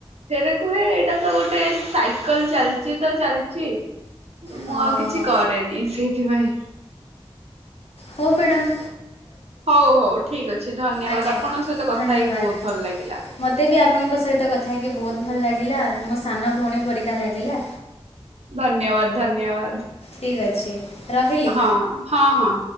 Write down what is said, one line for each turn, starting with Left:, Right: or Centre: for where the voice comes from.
Right: ସେଇଟା କୁହେ ଏଇଟା ତ ଗୋଟେ ଆ କହିଲି ଚାଲିଛି ତ ଚାଲିଛି
Left: ହଁ
Right: ମୁଁ ଆଉ କିଛି କରେନି ସେଇଥିପାଇଁ।
Left: ହଉ ମ୍ୟାଡ଼ମ୍।
Right: ହଉ ହଉ ଠିକ ଅଛି, ଧନ୍ୟବାଦ!
Left: ଆଜ୍ଞା
Right: ଆପଣଙ୍କ ସହିତ କଥା
Left: ଧନ୍ୟବାଦ।
Right: ହେଇକି ବହୁତ ଭଲ ଲାଗିଲା।
Left: ମୋତେ ବି ଆପଣଙ୍କ ସହିତ କଥା ହେଇକି ବହୁତ ଭଲ ଲାଗିଲା ମୋ ସାନ ଭଉଣୀ ପରିକା ଲାଗିଲା।
Right: ଧନ୍ୟବାଦ ଧନ୍ୟବାଦ!
Left: ଠିକ ଅଛି। ରହିଲି।
Right: ହଁ ହଁ ହଁ।